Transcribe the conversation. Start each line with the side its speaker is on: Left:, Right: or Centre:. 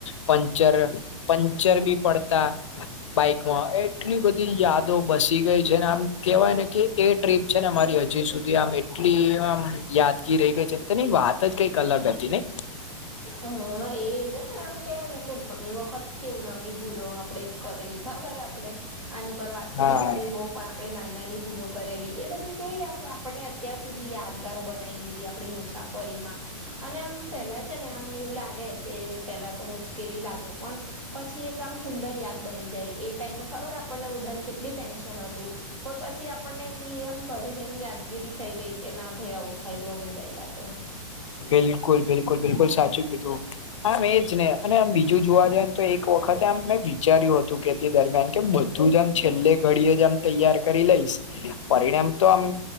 Left: પંચર પંચર બી પડતા. બાઈકમાં એટલી બધી યાદો બસી ગઈ છે આમ કેવાય ને કે એ ટ્રીપ છે ને મારી હજી સુધી આમ એટલી આ યાદગીર રહી ગઈ છે કેની વાત ત, જ કઈ ક અલગ હતી નહીં.
Right: હમ એજ ને એમ કે ને કે ઘણી વખત કેવું નાની ભૂલો આપડે જ કરેલી ખબર આપડે આની પર વાત તો
Left: હા
Right: નહી કરવી બહ પણ પણે નાનાની ભૂલો કરેલી બધી કેવી આમ આપણને સુધી યાદગાર બનાવી દીધી પણી મુસાફરીમાં અને આમ પહેલાં છે ને આમ એવું લાગે કે પેલાં તો મુશ્કેલી લાગે પણ પછી એ કામ સુંદર યાદ બની જાય એ ટાઈમે ખબર આપણને બધાને કેટલી ટેન્શન હતું. પણ પછી આપણને આમ ઘરે જઈને યાદગીરી થઈ ગઈ કે ના ભાઈ આવું થયેલું અમે ગયેલા તો.
Left: બિલકુલ બિલકુલ બિલકુલ સાચું કીધું. હા એજ ને અને આમ બીજું જોવા જઈએ ને તો એક વખતે આમ મેં વિચાર્યું હતું કે દરમિયાન કે બધું જ આમ છેલ્લે ઘડીએ જ આમ તૈયાર કરી લઈશ પરિણામ તો આમ